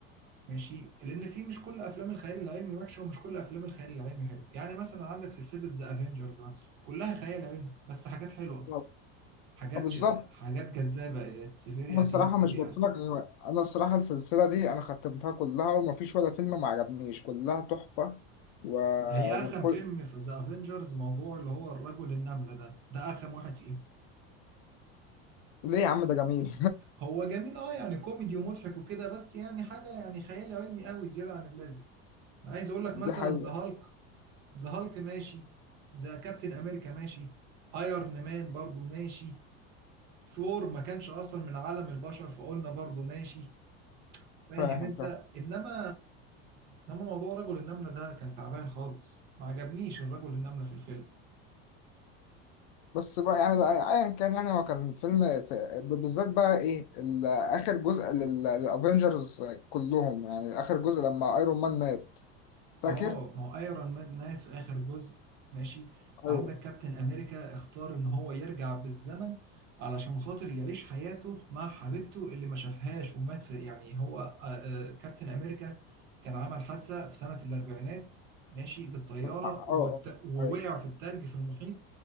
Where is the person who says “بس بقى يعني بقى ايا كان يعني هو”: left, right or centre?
Left